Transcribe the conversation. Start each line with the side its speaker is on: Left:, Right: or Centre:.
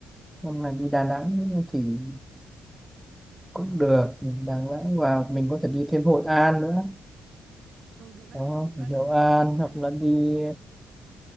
Centre: năm ngày đi Đà Nẵng thì cũng được Đà Nẵng và mình có thể đi thêm Hội An nữa
Right: Ừ, được đấy,
Centre: đó
Right: tớ cũng đang
Centre: Hội
Right: tính
Centre: An
Right: đi Hội
Centre: hoặc
Right: An.
Centre: là đi